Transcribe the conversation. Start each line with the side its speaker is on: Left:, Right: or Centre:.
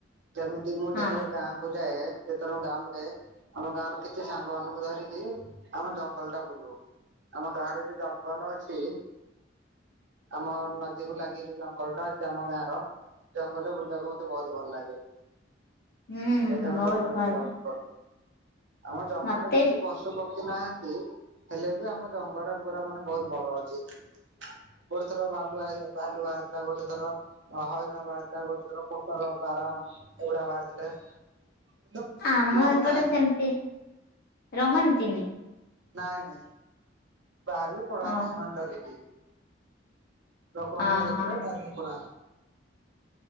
Right: ଯେମିତି ମୁଁ ଯେତେବେଳେ
Left: ହଁ
Right: ଗାଁକୁୁ ଯାଏ। ଯେତେବେଳେ ମୁଁ ଗାଆଁକୁ ଯାଏ ଆମ ଗାଆଁରୁ କିଛି ସାଙ୍ଗ ମାନଙ୍କୁ ଧରିକି ଆମ ଜଙ୍ଗଲଟା ବୁଲୁ। ଆମ ଗାଆଁରେ ଯୋଉ ଜଙ୍ଗଲ ଅଛି ଆମ ନଦୀକୁ ଲାଗିକି ଯୋଉ ଜଙ୍ଗଲଟା ଅ ସେ ଆମ ଗାଁଆର ଜଙ୍ଗଲରେ ବୁଲିବାକୁ ମତେ ବହୁତ ଭଲ ଲାଗେ।
Left: ହୁଁ
Right: ସେଇଥିପାଇଁ ଆମେ
Left: ବହୁତ
Right: ଜଙ୍ଗଲରେ
Left: ଭଲ
Right: ବୁଲାବୁଲି କରୁ। ଆମ ଜଙ୍ଗଲରେ
Left: ମତେ
Right: ବେଶୀ ପଶୁ ପକ୍ଷୀ ନାହାନ୍ତି ହେଲେ ବି ଆମ ଜଙ୍ଗଲଟା ପୁରା ମାନେ ବହୁତ ବଡ ଅଛି ଗୋଟେ ଥର ଭାଲୁ ଆଇଲା, ଭାଲୁ ବାହାରିଥିଲା ଗୋଟେ। ଗୋଟେ ଥର ହରିଣ ବାହାରିଥିଲା ଗୋଟେ ଥର କୋଟର। ବାରହା ଏଗୁଡା ବାହାରିଥିଲା, କିନ୍ତୁ
Left: ଆମ
Right: ରହୁନାହାନ୍ତି।
Left: ଏପଟେ ସେମିତି ରହନ୍ତିନି।
Right: ନାଇଁ ନାଇଁ ବାହାରିକି ପଳାନ୍ତି
Left: ଓ
Right: ସେମାନେ ଡରିକି। ଲୋକମାନଙ୍କୁ
Left: ଓହୋ
Right: ଦେଖିଲେ ଡରିକି ପୁରା